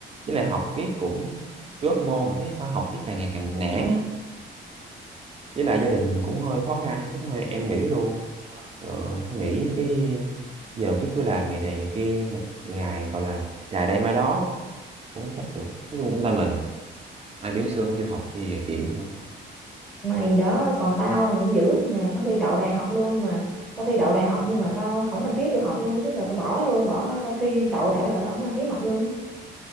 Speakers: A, on the right; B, in the centre.
A: với lại học kiếp cũng gớt môn mà thấy sao học kiếp càng ngày càng nản á với lại gia đình cũng hơi khó khăn cái thôi em nghỉ luôn Trời tôi nghĩ cái giờ cái cứ làm ngày này ngày kia ngày gọi là rày đây mai đó cũng không chắc được nói chung cũng tại mình ai biểu xưa không chịu học thì giờ chịu thôi
B: mày đó còn tao nó dữ nè tao thi đậu đại học luôn mà tao thi đậu đại học nhưng mà tao không đăng ký vô học luôn tức là tao bỏ luôn bỏ tao thi đậu đã đời tao không đăng ký học luôn á.